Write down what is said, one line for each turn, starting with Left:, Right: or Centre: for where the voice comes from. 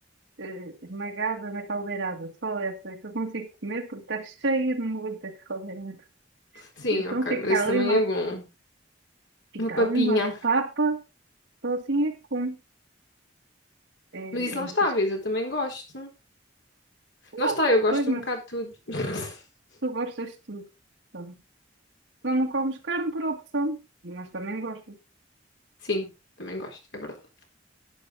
Right: eh, esmagada na caldeirada, só essa que eu consigo comer porque está cheia de molho da caldeirada.
Left: Sim,
Right: E então
Left: ok,
Right: fica
Left: mas isso
Right: ali
Left: também
Right: uma,
Left: é bom.
Right: fica
Left: Uma papinha.
Right: ali uma papa, só assim é que como. É,
Left: Mas isso
Right: é
Left: lá
Right: muito
Left: está, vês, eu também gosto.
Right: Não
Left: Lá está,
Right: sei
Left: eu
Right: depois,
Left: gosto
Right: mas
Left: um bocado de tudo. <laughs>
Right: tu gostas de tudo. Então, só não comes carne por opção. Mas também gostas.
Left: Sim, também gosto, é verdade.